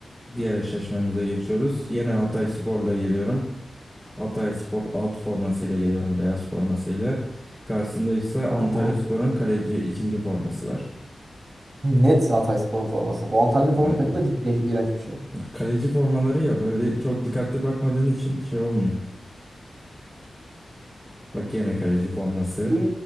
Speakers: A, in the centre; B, on the right.
A: diğer eşleşmemize geçiyoruz. Yine Hatay Spor'la geliyorum. Hatay Spor alt formasıyla geliyorum. Beyaz formasıyla. Karşısında ise
B: Tamam.
A: Antalya Spor'un kaleci ikinci forması var.
B: Net Hatayspor'un forması. Bu Antalya'nın
A: Vay
B: forması ne kadar leş, iğrenç bir şey.
A: Kaleci formaları ya böyle çok dikkatli bakmadığın için şey olmuyor. Bak yine kaleci forması.
B: Iy,